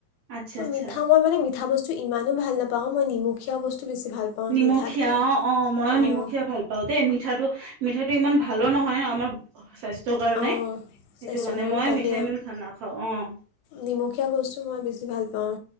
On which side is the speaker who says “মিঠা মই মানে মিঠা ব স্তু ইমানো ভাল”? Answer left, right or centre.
Left